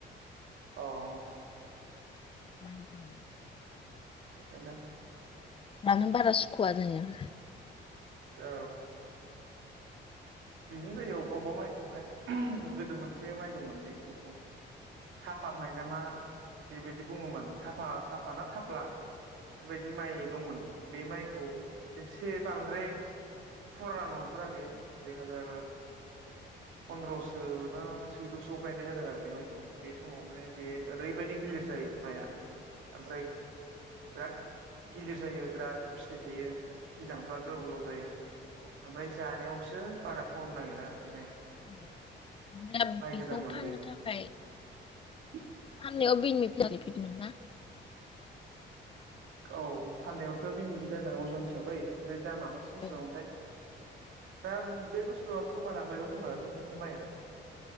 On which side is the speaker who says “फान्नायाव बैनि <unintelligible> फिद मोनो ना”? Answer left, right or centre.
Left